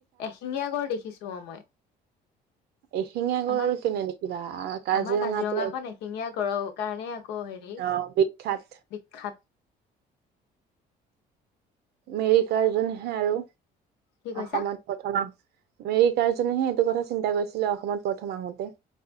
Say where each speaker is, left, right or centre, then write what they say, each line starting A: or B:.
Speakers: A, on the left; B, on the right.
A: এশিঙীয়া গড় দেখিছো অ মই
B: এশিঙীয়া গড়
A: আমাক
B: আৰু কেনে দেখিবা কাজিৰঙাতো
A: আমাৰ কাজিৰঙাখন এশিঙীয়া গড়ৰ কাৰণে আকৌ হেৰি
B: অ বিখ্যাত
A: বিখ্যাত
B: মেৰি কাৰজনেহে আৰু
A: কি কৈছা
B: অসমত প্ৰথমা আমেৰিকা হে এইটো কথা চিন্তা কৰিছিলে অসমত প্ৰথম আহোতে